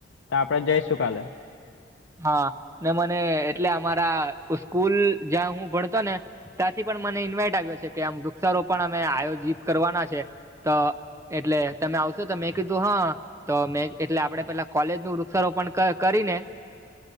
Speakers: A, on the left; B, on the right.
A: તો આપડે જઈશું કાલે.
B: હા ને મને એટલે અમારા સ્કૂલ જ્યાં હું ભણતો ને, ત્યાંથી પણ મને ઇન્વાઈટ આવ્યો છે કે આમ વૃક્ષારોપણ અમે આયોજિત કરવાના છે તો, એટલે તમે આવશો ત મેં કીધું હા, તો મેં એટલે આપડે પેલા કોલેજ નું વૃક્ષારોપણ ક કરીને,